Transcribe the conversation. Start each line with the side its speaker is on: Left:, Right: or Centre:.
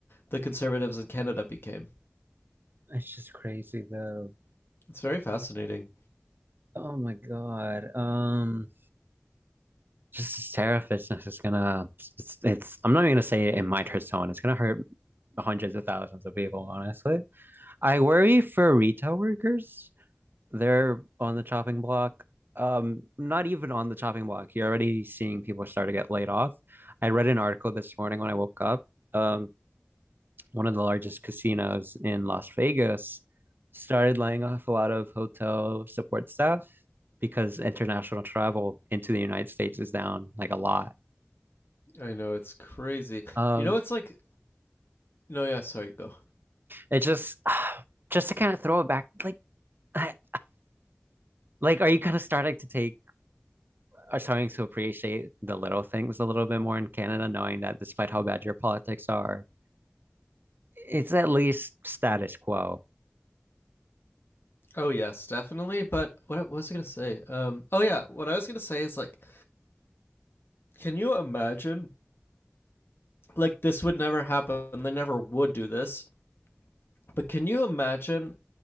Left: the conservatives in Canada became.
Right: It's just crazy though.
Left: It's very fascinating.
Right: Oh my God. Um, just this terrifishness is gonna. It's, it's. I'm not even gonna say it might hurt someone. It's gonna hurt hundreds of thousands of people, honestly. I worry for retail workers. They're on the chopping block. Um, not even on the chopping block. You're already seeing people start to get laid off. I read an article this morning when I woke up. Um, one of the largest casinos in Las Vegas started laying off a lot of hotel support staff because international travel into the United States is down like a lot.
Left: I know it's crazy.
Right: Um,
Left: You know, it's like no, yeah, sorry, go.
Right: it just <sighs> just to kind of throw it back, like <sighs> I, like are you kind of starting to take are starting to appreciate the little things a little bit more in Canada, knowing that despite how bad your politics are, it's at least status quo.
Left: Oh yes, definitely. But what was I gonna say? Um, oh yeah, what I was gonna say is like, can you imagine? Like this would never happen. They never would do this. But can you imagine